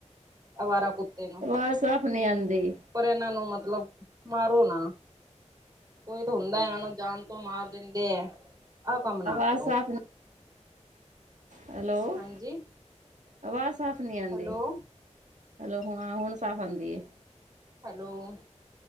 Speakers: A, on the right (about 30°); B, on the right (about 90°).
A: ਅਵਾਰਾ ਕੁੱਤੇ ਨੂੰ
B: ਅਵਾਜ਼ ਸਾਫ਼ ਨਹੀਂ ਆਂਦੀ।
A: ਪਰ ਇਹਨਾਂ ਨੂੰ ਮਤਲਬ ਮਾਰੋ ਨਾ। ਕੋਈ ਤਾਂ ਹੁੰਦਾ ਇਹਨਾਂ ਨੂੰ ਜਾਣ ਤੋਂ ਮਾਰ ਦਿੰਦੇ ਏ, ਆਹ ਕੰਮ ਨਾ
B: ਆਵਾਜ਼
A: ਕਰੋ।
B: ਸਾਫ਼ ਹੈਲੋ,
A: ਹਾਂਜੀ
B: ਅਵਾਜ਼ ਸਾਫ਼ ਨੀ ਆਂਦੀ।
A: ਹੈਲੋ
B: ਹੈਲੋ, ਹਾਂ ਹੁਣ ਸਾਫ਼ ਆਂਦੀ ਏ।
A: ਹੈਲੋ,